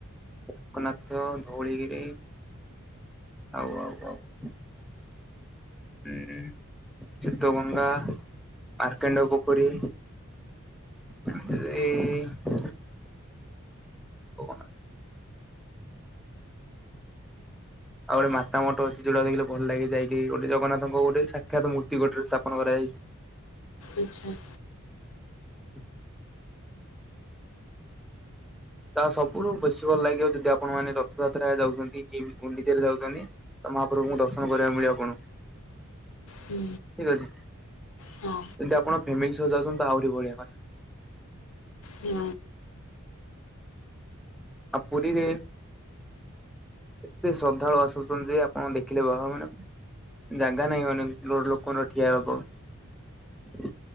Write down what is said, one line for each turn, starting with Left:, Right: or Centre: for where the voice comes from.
Centre: ଲୋକନାଥ ଧଉଳିଗିରି। ଆଉ ଆଉ ଆଉ ଇଇ ଚିତଗଙ୍ଗା ଆର୍କେଣ୍ଡ ପୋଖରୀ ଏଇ ଓଭରନା ଆଉ ଗୋଟେ ମାତା ମଠ ଅଛି ଯୋଉଟା ଦେଖିଲେ ଭଲ ଲାଗେ ଯାଇକି। ଗୋଟେ ଜଗନ୍ନାଥଙ୍କ ଗୋଟେ ସାକ୍ଷାତ ମୂର୍ତ୍ତି ଗୋଟେ ସ୍ଥାପନ କରାଯାଇଛି।
Left: ଆଚ୍ଛା।
Centre: <inaudible> ତା ସବୁଠୁ ବେଶୀ ଭଲ ଲାଗିବ ଯଦି ଆପଣ ମାନେ ରଥଯାତ୍ରାରେ ଯାଉଛନ୍ତି କି ଗୁଣ୍ଡିିଚାରେ ଯାଉଚନି। ତ ମହାପ୍ରଭୁଙ୍କୁ ଦର୍ଶନ କରିବାକୁ ମିଳିବ ଆପଣ
Left: ହୁଁ।
Centre: ଠିକ୍ ଅଛି।
Left: ହଁ
Centre: ଏମିତି ଆପଣ ଫ୍ୟାମିଲି ସହ ଯାଉଚନ୍ତି ତା ଆହୁରି ବଢିଆ କଥା।
Left: ହୁଁ
Centre: ଆ ପୁରୀରେ ଏତେ ଶ୍ରଦ୍ଧାଳୁ ଆସୁଚନ୍ତି ଯେ ଆପଣ ଦେଖିଲେ କହ ମାନେ ଜାଗା ନାହିଁ ମାନେ ଲୋଡ ଲୋକଙ୍କ ଠିଆହେବାକୁ ଆଉ।